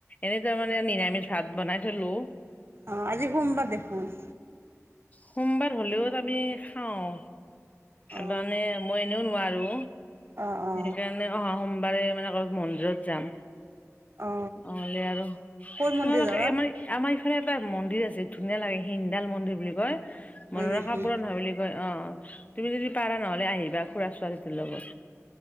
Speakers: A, on the left; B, on the right.
A: এনে তৰমানে নিৰামিষ ভাত বনাই থ লো
B: অ আজি সোমবাৰ দেখোন
A: সোমবাৰ হলেও আমি খাওঁ
B: অ
A: মানে মই এনেও আৰু
B: অ অ
A: সেইকাৰণে অহা সোমবাৰে মানে ক মন্দিৰত যাম
B: অ
A: নহলে আৰু
B: ক'ৰ
A: তোমালোকে
B: মন্দিৰ যাবা
A: এমাৰ আমাৰ ইফালে এটা মন্দিৰ আছে ধুনীয়া লাগে হিনডাল মন্দিৰ বুলি কয়
B: হয়
A: মনৰ
B: নেকি
A: আশা পূৰণ হয় বুলি কয় অ তুমি যদি পাৰা নহলে আহিবা খুৰা ছোৱালীটোৰ লগত